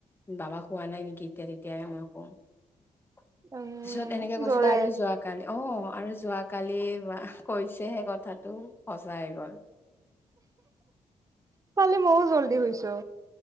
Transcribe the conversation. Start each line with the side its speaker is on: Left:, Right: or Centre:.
Left: বাবা হোৱা নাই নেকি এতিয়া তেতিয় মই কম। তাৰ
Right: উম
Left: পিছত এনেকে কৈছিলে
Right: জৰে
Left: আৰু যোৱ কালি অ', আৰু যোৱাকালি কৈছেহে কথাটো সজাই গ'ল।
Right: খালি মইও জল্দি শুইচো